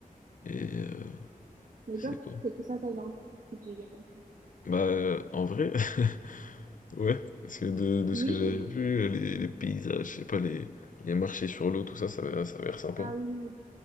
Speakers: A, on the left; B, on the right.
A: Et euh,
B: Mais
A: c'est
B: toi,
A: quoi?
B: c'est plus la Thaïlande, si j'ai bien compris.
A: Bah, euh, en vrai. <laughs> Ouais, parce que de, de
B: Oui.
A: ce que j'avais
B: oui.
A: vu, les, les paysages, je sais pas, les, les marchés sur l'eau, tout ça, ça, avait- ça avait l'air sympa.
B: Ah oui. oui.